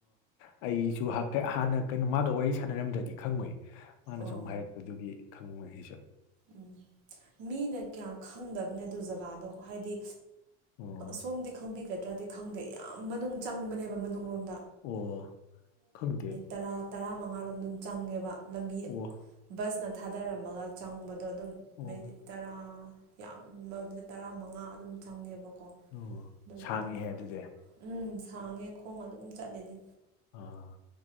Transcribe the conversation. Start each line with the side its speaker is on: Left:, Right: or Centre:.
Left: ꯑꯩ ꯍꯥꯟꯅ ꯀꯩꯅꯣ ꯃꯥꯒ ꯋꯥꯔꯤ ꯁꯥꯟꯅꯔꯝꯗ꯭ꯔꯗꯤ ꯈꯪꯉꯣꯏ ꯃꯥꯅ
Right: ꯑꯣ
Left: ꯁꯨꯝ ꯍꯥꯏꯔꯛꯄꯗꯨꯒꯤ ꯈꯪꯉꯣꯏ ꯍꯥꯏꯁꯦ
Right: ꯎꯝ ꯃꯤꯅ ꯀꯌꯥ ꯈꯪꯗꯕꯅꯦ ꯑꯗꯨ ꯖꯒꯥꯗꯣ ꯍꯥꯏꯗꯤ
Left: ꯑꯣ
Right: ꯁꯣꯝꯗꯤ ꯈꯪꯕꯤꯒꯗ꯭ꯔꯗꯤ ꯈꯪꯗꯦ ꯌꯥꯝ ꯃꯅꯨꯡ ꯆꯪꯕꯅꯦꯕ ꯃꯅꯨꯡꯣꯝꯗ
Left: ꯑꯣ ꯈꯪꯗꯦ
Right: ꯇꯔꯥ ꯇꯔꯥꯃꯉꯥꯔꯣꯝ ꯑꯗꯨꯝ ꯆꯪꯉꯦꯕ ꯂꯝꯕꯤ
Left: ꯑꯣ
Right: ꯕꯁꯅ ꯊꯥꯗꯔꯝꯃꯒ ꯆꯪꯕꯗ ꯑꯗꯣ ꯑꯗꯨꯝ
Left: ꯑꯣ
Right: ꯃꯤꯅꯤꯠ ꯇꯔꯥ ꯌꯥꯝꯕꯗ ꯇꯔꯥꯃꯉꯥ ꯑꯗꯨꯝ ꯆꯪꯉꯦꯕꯀꯣ
Left: ꯑꯣ
Right: ꯑꯗꯨꯒꯤ
Left: ꯁꯥꯡꯉꯤꯍꯦ
Right: ꯑꯗꯨꯝ
Left: ꯑꯗꯨꯗꯤ
Right: ꯎꯝ ꯁꯥꯡꯉꯦ ꯈꯣꯡ ꯑꯗꯨꯝ ꯆꯠꯂꯤꯅꯤ
Left: ꯑꯥ